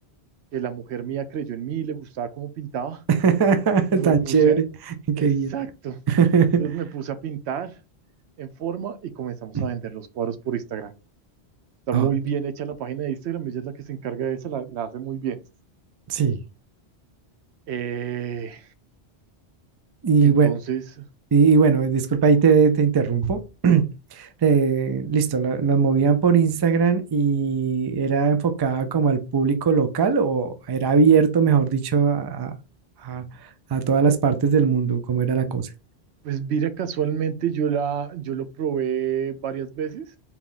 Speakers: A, on the right; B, on the right.
A: que la mujer mía creyó en mí, le gustaba cómo pintaba
B: <laughs>
A: y me
B: Tan
A: puse,
B: chévere.
A: exacto,
B: Qué bien. <laughs>
A: entonces me puse a pintar en forma y comenzamos
B: <clears throat>
A: a vender los cuadros por Instagram. Está
B: Ah,
A: muy bien hecha la página de Instagram, ella es la que se encarga de eso, la, la hace muy bien.
B: sí.
A: Eh,
B: Y
A: entonces,
B: bueno, y bueno, disculpa, ahí te, te interrumpo. <clears throat>
A: sí,
B: eh, listo, la, la movían por Instagram y era enfocada como al público local o era abierto, mejor dicho, a, a- a- a todas las partes del mundo, cómo era la cosa.
A: pues mira, casualmente yo, la, yo lo probé varias veces